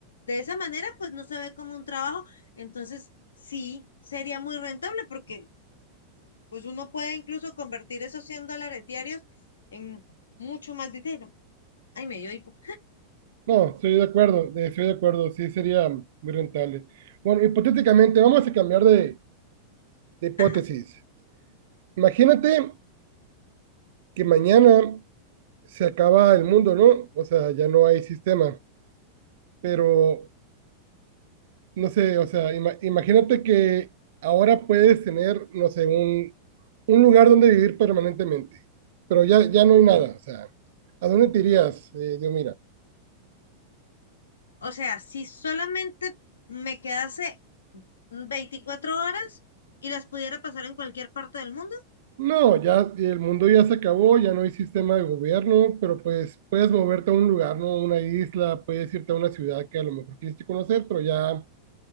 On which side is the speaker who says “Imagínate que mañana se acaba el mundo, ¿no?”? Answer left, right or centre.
Right